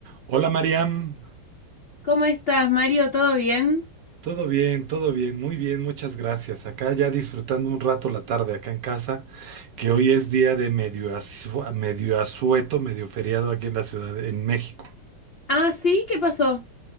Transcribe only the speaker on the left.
¿Cómo estás, Mario? ¿Todo bien?
Ah, sí, ¿qué pasó?